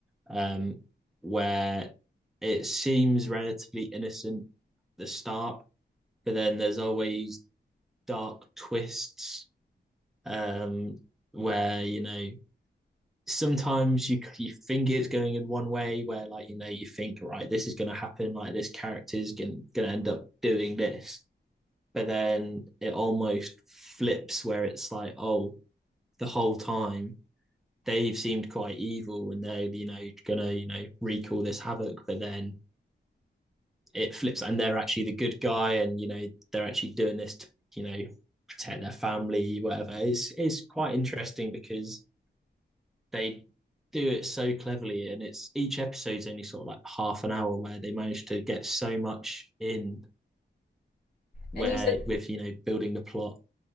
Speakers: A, in the centre; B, on the left.
A: um, where it seems relatively innocent at the start, but then there's always dark twists um, where you know sometimes you you think it's going in one way where like you know you think right this is going to happen like this character is going to end up doing this but then it almost flips where it's like oh the whole time they've seemed quite evil and they're you know gonna you know wreak all this havoc but then it flips and they're actually the good guy and you know they're actually doing this to you know protect their family whatever it's, it's quite interesting because they do it so cleverly, and it's each episode's only sort of like half an hour where they manage to get so much in where
B: And you said
A: with you know building the plot.